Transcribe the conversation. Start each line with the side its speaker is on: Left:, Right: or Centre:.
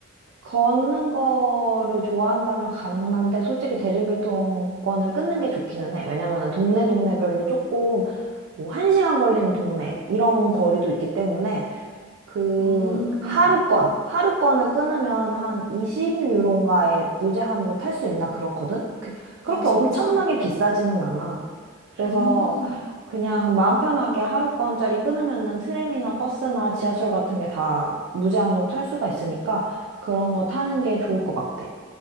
Right: 걷는 거를 좋아한다면 가능은 한데 솔직히 대중교통권을 끊는 게 좋기는 해. 왜냐면은 동네 동네별로 조금 뭐 1시간 걸리는 동네 이런 거리도 있기 때문에 그
Left: 음.
Right: 하루권, 하루권을 끊으면 한 20유로인가에 무제한으로 탈 수 있나 그렇거든? 그, 그렇게
Left: 아, 진짜?
Right: 엄청나게
Left: 어,
Right: 비싸지는 않아. 그래서
Left: 음.
Right: 그냥 마음 편하게 하루권짜리 끊으면은 트램이나 버스나 지하철 같은 게 다 무제한으로 탈 수가 있으니까 그런 거 타는 게 좋을 것 같아.